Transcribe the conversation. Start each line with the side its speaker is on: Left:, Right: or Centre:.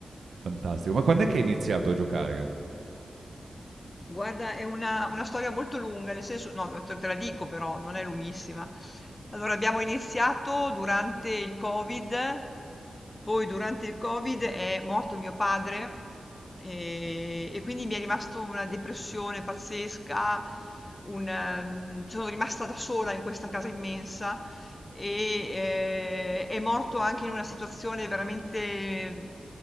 Right: fantastico. Ma quando è che hai iniziato a giocare?
Left: Guarda, è una, una storia molto lunga, nel senso, no, te te la dico però, non è lunghissima. Allora, abbiamo iniziato durante il Covid Poi durante il Covid è morto mio padre e, e quindi mi è rimasto una depressione pazzesca, un, ehm, sono rimasta da sola in questa casa immensa e eh, è morto anche in una situazione veramente